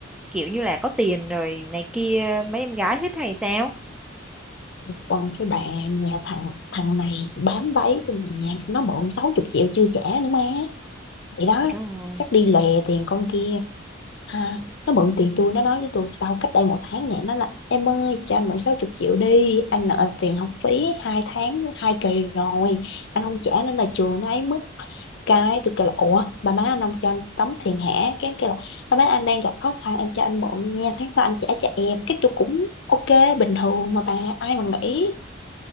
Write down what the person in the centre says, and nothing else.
kiểu như là có tiền rồi này kia mấy em gái thích hay sao
trời đất ơi